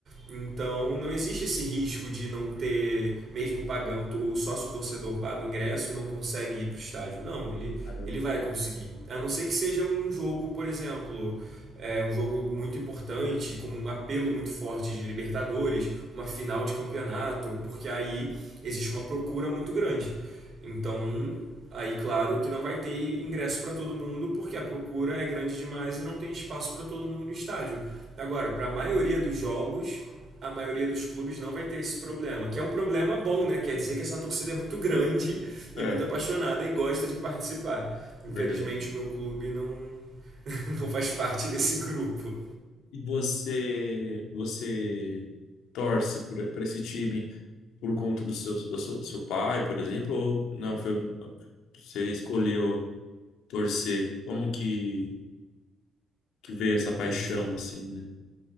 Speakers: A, on the right (about 50°); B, on the left (about 85°).
A: Então não existe esse risco de não ter, mesmo pagando, o sócio torcedor paga o ingresso e não consegue ir para o estádio. Não, ele,
B: Caramba.
A: ele vai conseguir. A não ser que seja um jogo, por exemplo, é, um jogo muito importante, com um apelo muito forte de Libertadores, uma final de campeonato, porque aí existe uma procura muito grande. Então Aí, claro que não vai ter ingresso para todo mundo, porque a procura é grande demais e não tem espaço para todo mundo no estádio. Agora, para a maioria dos jogos, a maioria dos clubes não vai ter esse problema, que é um problema bom, né? Quer dizer que essa torcida é muito grande <laughs> e
B: É,
A: muito apaixonada e gosta de participar. Infelizmente,
B: verdade.
A: o meu clube não, <laughs> não faz parte desse grupo.
B: E você, você torce para esse time por conta do seu, do seu, do seu pai, por exemplo, ou não foi um- você escolheu torcer? Como que que veio essa paixão
A: Então,
B: assim, né?